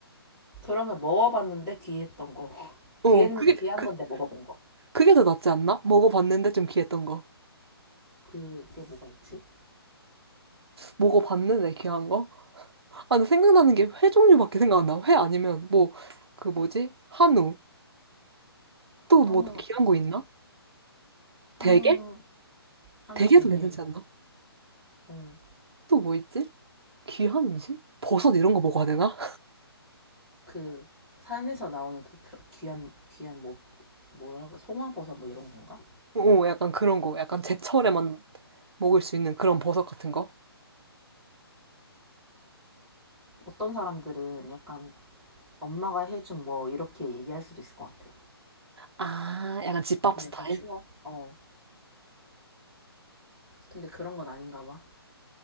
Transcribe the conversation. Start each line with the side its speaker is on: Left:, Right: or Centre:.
Centre: 그러면 먹어봤는데 귀했던 거. <laughs>
Right: 어,
Centre: 귀한,
Right: 그게,
Centre: 귀한
Right: 그,
Centre: 건데 먹어본 거.
Right: 그게 더 낫지 않나? 먹어봤는데 좀 귀했던 거.
Centre: 그게 뭐가 있지?
Right: 먹어봤는데 귀한 거? 아, 근데 생각나는 게 회 종류밖에 생각 안 나. 회 아니면 뭐, 그 뭐지? 한우. 또
Centre: 한우
Right: 뭐 더 귀한
Centre: 괜찮은
Right: 거 있나?
Centre: 한우,
Right: 대게?
Centre: 한우
Right: 대게도
Centre: 되게,
Right: 괜찮지 않나?
Centre: 어,
Right: 또 뭐 있지? 귀한 음식? 버섯 이런 거 먹어야 되나?
Centre: 그, 산에서 나오는 그 크러- 귀한, 귀한, 뭐, 뭐라고, 송화버섯 뭐 이런 건가?
Right: <laughs> 오, 약간 그런 거. 약간 제철에만 먹을 수 있는 그런 버섯 같은 거.
Centre: 어떤 사람들은 약간 엄마가 해준 뭐 이렇게 얘기할 수도 있을 것 같아.
Right: 아, 약간 집밥 스타일?
Centre: 약간 추억. 어, 근데 그런 건 아닌가 봐.